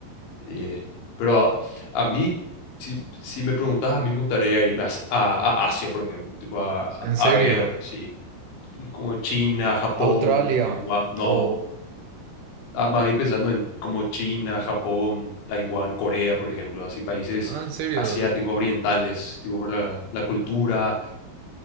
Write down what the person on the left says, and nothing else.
y- pero a mí, si, si me preguntas, a mí me gustaría irme a, a- a Asia, por ejemplo, tipo a,
a
ver, sí, como China, Japón,
Taiwán, no,
ah, más bien pensando en como China, Japón, Taiwán, Corea, por ejemplo, así países
asiáticos, orientales, tipo por la, la cultura,